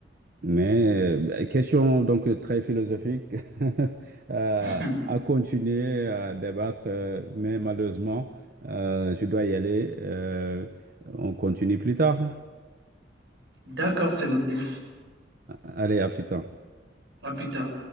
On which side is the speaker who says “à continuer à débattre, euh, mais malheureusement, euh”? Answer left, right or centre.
Right